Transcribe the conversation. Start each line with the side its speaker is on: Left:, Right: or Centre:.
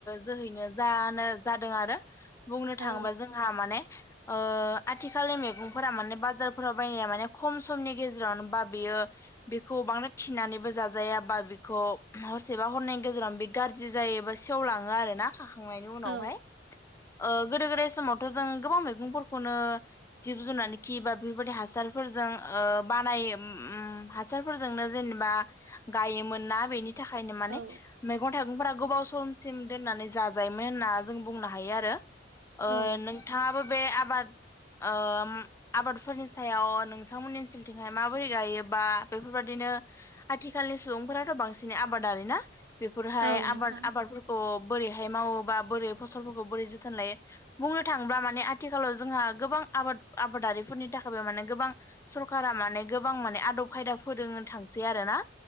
Left: जोहैनो जानो जादों आरो बुंनो थाङोबा
Right: औ
Left: जोंहा माने ओ आथिखालनि मैगंफोरा माने बाजारफोराव बायनाया माने खम समनि गेजेरावनो बा बेयो बेखौ बांद्राय थिनानैबो जाजायााबा बेखौ हरसेबा हरनायनि गेजेराव बे गाज्रि जायोबा सेवलाङो आरो ना खाखांनायनि उनावहाय
Right: औ
Left: ओ गोदो गोदाय समावथ' जों गोबां मैगंफोरखौनो जिब जुनार खि बा बेफोरबायदि हासारफोरजों ओ बानायो उम हा सारफोरजोंनो जेनेबा गायोमोन ना बेनि नि थाखायनो माने
Right: औ
Left: मैगं थाइगंफोरा गोबाव समसिम दोननानै जाजायोमोन होनना जों बुंनो हायो आरो ओ
Right: औ
Left: नोंथाङाबो बे आबाद ओ आबादफोरनि सायाव नोंथांमोननि ओनसोलथिंहाय माबोरै गायोबा बेफोरबायदिनो आथिखालनि सुबुंफोराथ' बांसिनै आबादारि ना बेफोरहाय
Right: औ
Left: आबाद
Right: नोंथां
Left: आबादफोरखौ बोरैहाय मावो बा बोरै फसलफोरखौ बोरै जोथोन लायो बुंनो थाङोब्ला माने आथिखालाव जोंहा गोबां आबाद आबादारिफोरनि थाखायबो माने गोबां सरखारा माने गोबां माने आदब खायदा फोरोंनो थांसै आरो ना